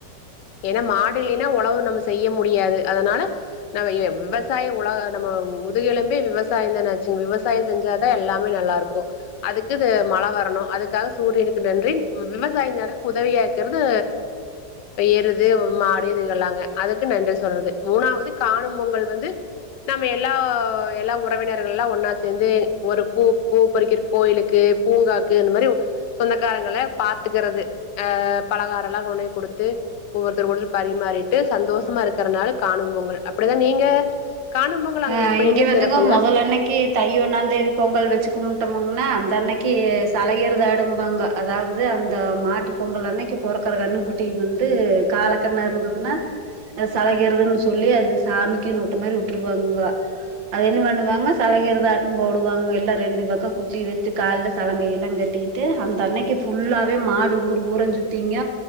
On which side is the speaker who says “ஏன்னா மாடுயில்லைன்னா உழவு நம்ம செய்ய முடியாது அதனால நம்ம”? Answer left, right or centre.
Left